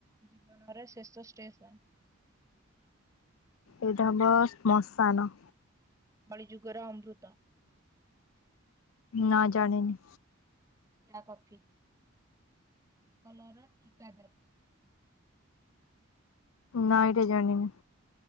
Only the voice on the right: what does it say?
ଜୀବନର ଶେଷ ଷ୍ଟେସନ୍।
କଳି ଯୁଗର ଅମୃତ।
ଚା, କଫି କଲର୍ର ଠିକା ଦାର୍।